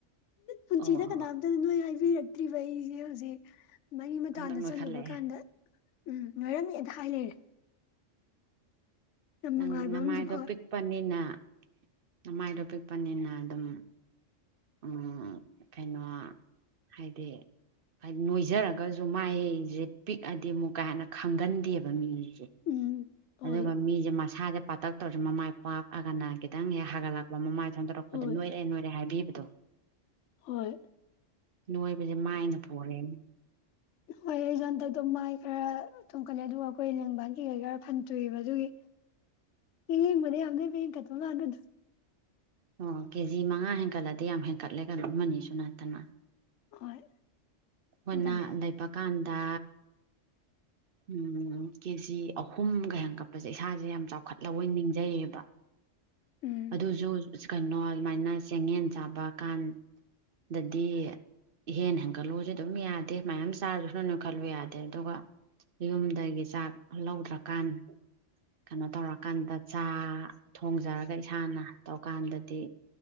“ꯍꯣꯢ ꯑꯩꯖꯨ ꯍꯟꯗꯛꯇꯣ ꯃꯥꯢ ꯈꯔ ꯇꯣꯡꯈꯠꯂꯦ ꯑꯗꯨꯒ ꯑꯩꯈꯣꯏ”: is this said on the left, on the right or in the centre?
Left